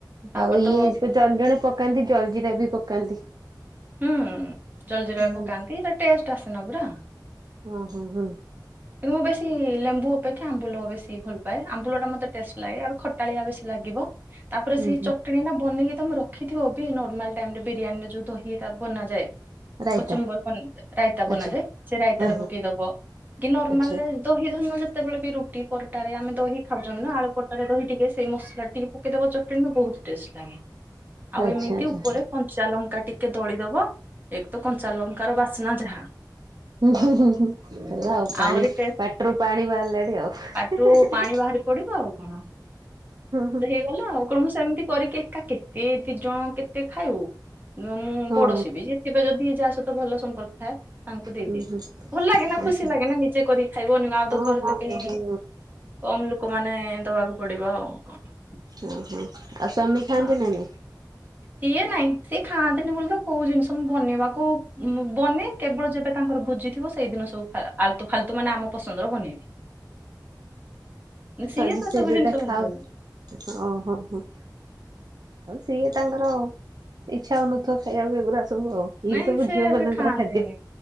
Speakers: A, on the right; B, on the right.
A: ତାପରେ
B: ଆଉ ଇଏ
A: ତ
B: ଜଣ ଜଣ ପକାନ୍ତି ଜଲଜିିରା ବି ପକାନ୍ତି
A: ହୁଁ ଜଲ ଜିରା
B: ହୁଁ
A: ପକାନ୍ତି ତ ଟେଷ୍ଟ ଆସେନ ପୁରା
B: ହଁ ହୋ ହଁ
A: ମୁଁ ବେଶୀ ଲେମ୍ବୁ ଅପେକ୍ଷା ଆମ୍ବୁଲ ବେଶୀ ଭଲ ପାଏ ଆମ୍ବୁଲ ଟା ମତେ ଟେଷ୍ଟ ଲାଗେ ଆଉ ଖଟାଳିଆ ବେଶୀ ଲାଗିବ ତାପରେ
B: ହୁଁ
A: ସେଇ
B: ହୁଁ
A: ଚଟଣି ଟା ବନେଇକି ତମେ ରଖିଥିବ ବି ନର୍ମାଲ ଟାଇମ ରେ ବିରିୟାନୀ ର ଯୋଉ ଦହି ଇ ରବ ନାଯାଏ
B: ରାଇତା
A: କଚୁମ୍ବର ବ ରାଇତା ବନାଯାଏ
B: ଆଚ୍ଛା
A: ସେ ରାଇତାରେ
B: ହଁ ହଁ
A: ପକେଇ ଦବ କି ନର୍ମାଲ
B: ଆଚ୍ଛା।
A: ଦହି ଧରନ ଯେତେବେଳେ ବି ରୁଟି ପରଟାରେ ଆମେ ଦହି ଖାଉଛନ୍ତିୁ ନା ଆଳୁ ପରଟାରେ ଦହି ଟିକେ ସେଇ ମସଲା ଟି ପକେଇଦବ ଚଟଣି ର ବହୁତ ଟେଷ୍ଟ ଲାଗେ।
B: <inaudible>
A: ଆଉ
B: ଆଚ୍ଛା
A: ଏମିତି
B: ଆଚ୍ଛା
A: ଉପରେ କଞ୍ଚା ଲଙ୍କା ଟି କେ ଦଳିଦବ ଏକ ତ କଞ୍ଚା ଲଙ୍କାର ବାସ୍ନା ଯାହା
B: ହୁ ହୁ ହୁ ହେଲା ଆଉ ପାଣି
A: ଆହୁରି ଟେଷ୍ଟ
B: ପାଟିରୁ ପାଣି ବାହାରିଲାଣି ଆଉ ହେଁ
A: ପାଟିରୁ
B: ହେଁ ହେଁ
A: ପାଣି ବାହାରି ପଡିବ ଆଉ କଣ
B: ହୁଁ
A: ସେ ହେଇଗଲା ଆଉ କଣ ମୁ ସେମିତି କରିକି ଏକା କେତେ ଦି ଜଣ କେତେ ଖାଇଉ ମୁଁ
B: ହଁ
A: ପଡୋଶୀ ବି ଯିଏଥିବେ ଯଦି ଯାହା ସହିତ ଭଲ ସମ୍ପର୍କ ଥାଏ ତାଙ୍କୁ ଦେଇଦିଏ
B: ହୁଁ ହୁଁ
A: ଭଲ ଲାଗେ
B: ଆଚ୍ଛା
A: ନା ଖୁସି ଲାଗେ ନା ନିଜେ କରିକି ଖାଇବନ ଆଉ
B: ହଁ
A: ତ ଘରେ
B: ହଁ
A: ତ କେହି
B: ହଁ
A: କମ ଲୋକ ମାନେ ଦବାକୁ ପଡିବ ଆଉ କଣ
B: ଓହୋ ଆଉ ସ୍ୱାମୀ ଖାଆନ୍ତି
A: ଆଉ
B: ନା ନାଇ
A: ସିଏ ନାଇଁ ସିଏ ଖାଆନ୍ତିନି ବୋଲି ତ କୋଉ ଜିନିଷ ମୁ ବନେଇବାକୁ ବନେ କେବଳ ଯେବେ ତାଙ୍କର ଭୋଜି ଥିବ ସେଇଦିନ ସବୁ ଫାଲତୁ ମାନେ ଆମ ପସନ୍ଦର ବନେଇବି। ସିଏ
B: ଆଜି
A: ତ
B: ସେ
A: ସବୁ
B: ଯୋଉଟା
A: ଜିନିଷ ଭଲ
B: ଖାଉ
A: ପାଇବେ
B: ଓହୋ ହୋ। ଆଉ ସିଏ ତାଙ୍କର ଇଛା ହଉନଥିବ ଖାଇବାକୁ ଏଗୁଡା ସବୁ ଆଉ? ଏଇ
A: ନାଇଁ
B: ସବୁ
A: ସେ
B: ଝିଅ ମାନଙ୍କର
A: ଖାଆନ୍ତିନି
B: ଖାଦ୍ୟ